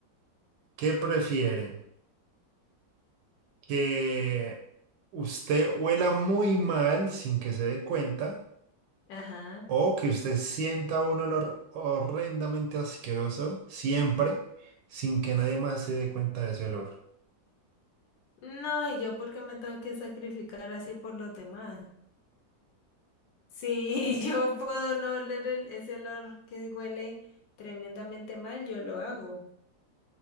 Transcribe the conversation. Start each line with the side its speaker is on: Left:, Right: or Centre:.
Right: ¿Qué prefiere? ¿Que usted huela muy mal sin que se dé cuenta?
Left: ajá.
Right: O que usted sienta un olor horrendamente asqueroso siempre sin que nadie más se dé cuenta de ese olor.
Left: No, ¿y yo por qué me tengo que sacrificar así por los demás? Si <laughs> yo puedo no oler el- ese olor que huele tremendamente mal, yo lo hago.